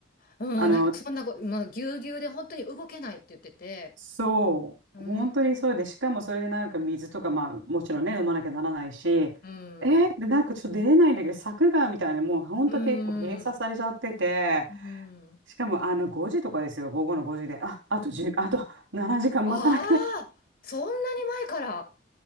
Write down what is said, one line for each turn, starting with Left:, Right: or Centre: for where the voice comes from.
Left: うん、
Right: あの、
Left: なんかそんなこ、まあ、ぎゅうぎゅうで本当に動けないって言ってて、
Right: そう、
Left: うん、
Right: 本当にそうで、しかもそれでなんか水とか、まあもちろんね、飲まなきゃならないし、えーで、
Left: うん、
Right: なんかちょっと出れないんだけど、柵がみたいな、もう本当結構閉鎖されちゃってて、
Left: うん、うん。
Right: しかもあの5時とかですよ、午後の5時で、あ、あと10、あと7時間待たなきゃ、
Left: ああ、そんなに前から。